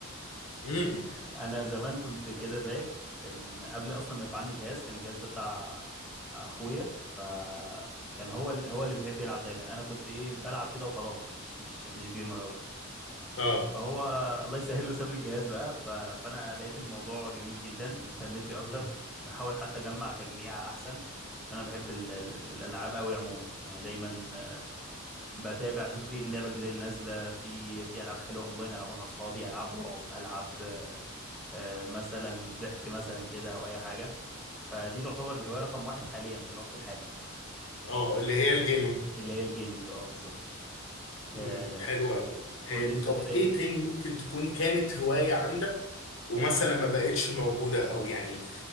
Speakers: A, on the left; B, in the centre.
A: امم
B: <laughs> انا زمان كنت كده زيك كان قبل اصلا ما يبقى عندي جهاز كان الجهاز ده بتاع اخويا فكان هو ال... هو اللي بيحب يلعب دايما انا كنت ايه بلعب كده وخلاص مش مش مش جيمر أوي
A: اه
B: فهو الله يسهل له ساب لي الجهاز بقى ف... فانا لقيت الموضوع جميل جدا اهتميت بيه اكتر
A: مم.
B: بحاول حتى اجمع تجميع احسن عشان انا بحب ال... ال- ال- الالعاب قوي عموما يعني دايما آه، بتابع اشوف ايه اللعبه الجديده اللي نازله في في العاب حلوه اونلاين العبها مع اصحابي العاب رعب العاب آه، آه، مثلا ضحك مثلا كده او اي حاجه فدي تعتبر الهوايه رقم واحد حاليا في الوقت الحالي
A: اه اللي هي الجيمنج
B: اللي هي الجيمنج اه بالظبط آه،
A: مم، حلو قوي إيه
B: قول لي انت
A: طب
B: كده إيه؟
A: ايه تاني ممكن تكون كانت هواية عندك ومثلا ما بقتش موجودة او يعني